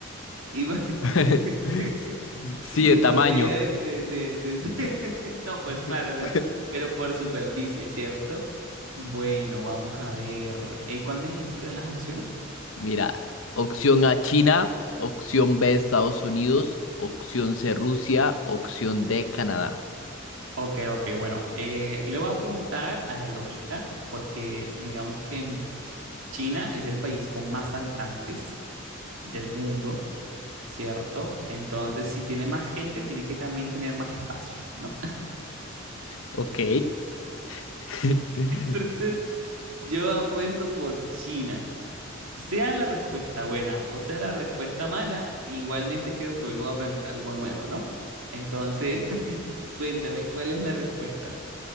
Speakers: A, on the right; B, on the left.
A: y, por <laughs>
B: <laughs> Sí, de
A: y
B: tamaño.
A: por medio de, de- de- de ese- <laughs> No, pues
B: <laughs>
A: claro, ¿no? Pero por superficie, ¿cierto? Bueno, vamos a ver, eh, ¿cuál me dijiste que eran las opciones?
B: Mira, opción A, China. Opción B, Estados Unidos. Opción C, Rusia. Opción D, Canadá.
A: Ok, ok, bueno, eh, le voy a apuntar a la lógica porque digamos que... em, China es el país con más habitantes del mundo, ¿cierto? Entonces, si tiene más gente, tiene que también tener más espacio, ¿no?
B: Ok. <laughs>
A: <laughs> Entonces, yo apuesto por China. Sea la respuesta buena o sea la respuesta mala, igualmente creo que hoy voy a aprender algo nuevo, ¿no? Entonces, <laughs> cuéntame, ¿cuál es la respuesta?